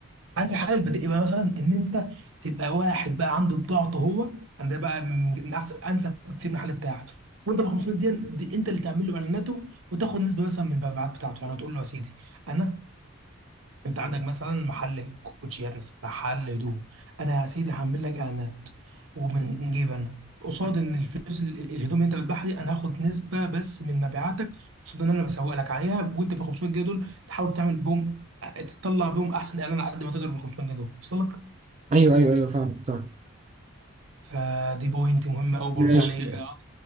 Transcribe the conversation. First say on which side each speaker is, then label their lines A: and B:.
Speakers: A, on the right (about 70°); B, on the right (about 30°).
A: عارف الحل البديهي بقى مثلا ان انت تبقى واحد بقى عنده بضاعته هو ده بقى من من احسن انسب كتير من الحل بتاعك وانت ب 500 دي, دي انت اللي تعمل له اعلاناته وتاخد نسبه مثلا من المبيعات بتاعته يعني تقول له يا سيدي انا انت عندك مثلا محل كوتشيات مثلا محل هدوم انا يا سيدي هعمل لك اعلانات ومن جيب انا قصاد ان الفلوس ال- ال- الهدوم اللي انت بتبيعها دي انا هاخد نسبه بس من مبيعاتك قصاد ان انا بسوق لك عليها وانت ب 500 جنيه دول تحاول تعمل بهم تطلع بهم احسن اعلان على قد ما تقدر ب 500 جنيه دول وصل لك
B: ايوه ايوه ايوه فاهم فاهم
A: فدي بوينت مهمه قوي برضه
B: ماشي
A: يعني اه،